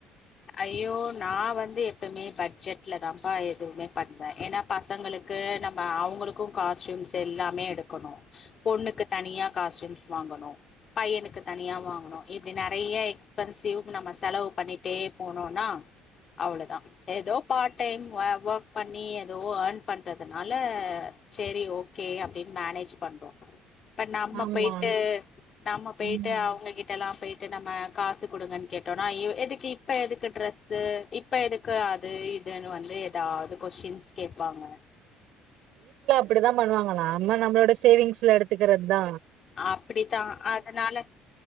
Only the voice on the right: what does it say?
ஆமா
ம்
ப்புடு தா பண்ணுவாங்க நாம்ம நம்முளோட சேவிங்ஸ்ல எடுத்துக்குறத்தா